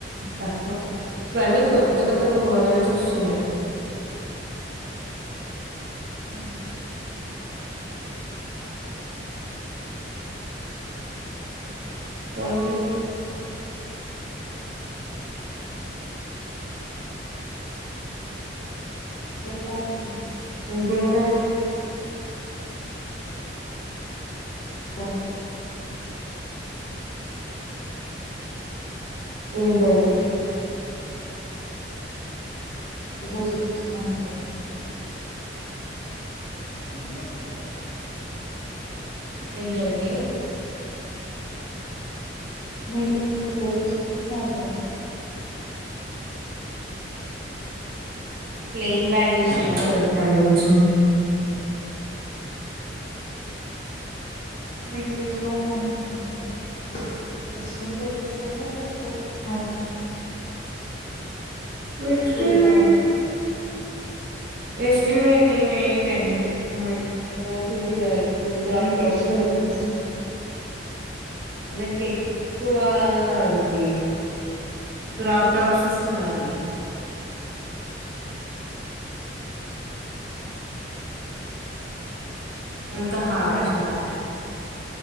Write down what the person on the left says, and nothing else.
ఆ
చెప్పకదా
బస్
ఒకసారి చెప్పు ఆట గాదా
మీరు మీరు ఏదో చెప్తున్నారు. కదా
మీకు ఎక్కువ
మేము తెచ్చుకోవండి <unintelligible> వస్తారా లేకపోతే మములు
ఇది కదా
మీకు ఎక్కువ ఏమి ఇష్టం
సరే,